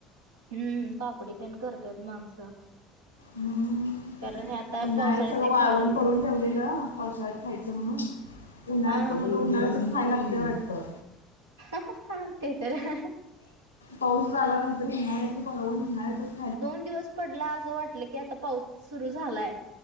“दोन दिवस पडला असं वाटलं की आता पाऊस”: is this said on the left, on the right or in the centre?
Right